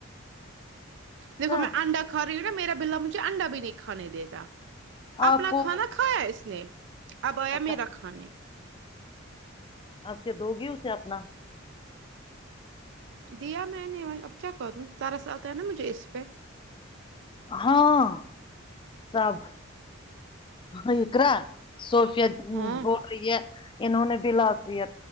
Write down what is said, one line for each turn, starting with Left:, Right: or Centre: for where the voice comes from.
Right: دیکھو
Left: سب
Right: میں انڈا کھا رہی ہوں نا میرا بلا مجھے انڈا بھی نہیں کھانے دیتا اپنا
Left: آپ کو
Right: کھانا کھایا اس نے اب آیا
Left: اچھا
Right: میرا کھانے
Left: اب کیا دو گی اسے اپنا
Right: دیا میں نے اب کیا کروں ترس آتا ہے نا مجھے اس پہ
Left: ہاں سب اقرا صوفیہ
Right: ہاں
Left: بول رہی ہے انہوں نے بھی لاسٹ ایئر